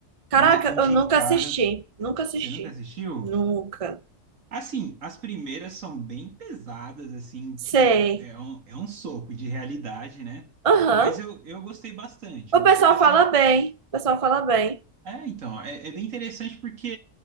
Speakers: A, on the right; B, on the right.
A: Caraca,
B: Me indicaram.
A: eu nunca assisti. Nunca assisti.
B: Você nunca assistiu?
A: Nunca.
B: Assim, as primeiras são bem pesadas, assim,
A: Sei.
B: que é, é um, é um soco de realidade, né?
A: Aham.
B: Mas eu, eu gostei bastante,
A: O
B: eu gostei
A: pessoal
B: bastante
A: fala bem. O pessoal fala bem.
B: é, então, é, é bem interessante porque